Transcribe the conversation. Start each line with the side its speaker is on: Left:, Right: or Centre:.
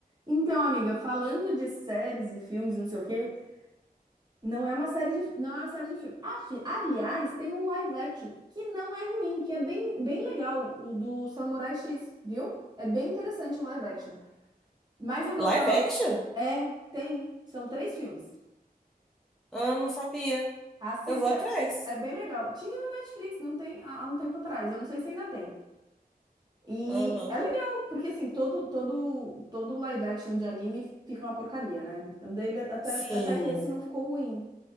Right: Então, amiga, falando de séries e filmes e não sei o quê, não é uma série de, não é uma série de filme. Afi- aliás, tem um live action que não é ruim, que é bem, bem legal, o do Samurai X, viu? É bem interessante o live action. Mas eu gostava.
Centre: Live action?
Right: É, tem. São três filmes.
Centre: Ah, não sabia.
Right: Assista.
Centre: Eu vou atrás.
Right: É bem legal. Tinha no Netflix, não tem, há há um tempo atrás. Eu não sei se ainda tem. E
Centre: Aham.
Right: é legal, porque assim, todo, todo, todo live action de anime fica uma porcaria, né? O dele, até,
Centre: Sim.
Right: até que esse não ficou ruim,